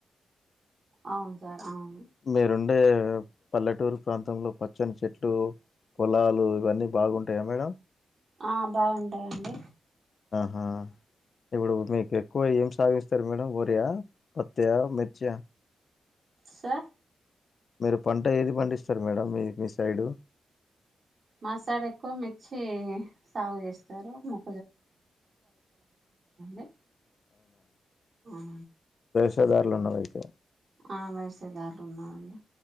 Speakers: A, on the right; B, on the left.
A: అవును సార్ అవును
B: మీరుండే పల్లెటూరు ప్రాంతంలో పచ్చని చెట్లు పొలాలు ఇవన్నీ బాగుంటాయా మేడం
A: ఆ బాగుంటాయంండి
B: ఆహా ఇప్పుడు మీకు ఎక్కువ ఏం సాగిస్తారు మేడం వరియా పత్త మిర్చి
A: స
B: మీరు పంట ఏది పండిస్తారు మేడం మీ మీ సైడు
A: మ సైడ్ ఎక్కువ మిర్చి సాగు చేస్తారు ఉం లే ఆ
B: రక్షదారులు ఉన్నవయితే
A: ఆ వైసేదారులు ఉన్నారంండి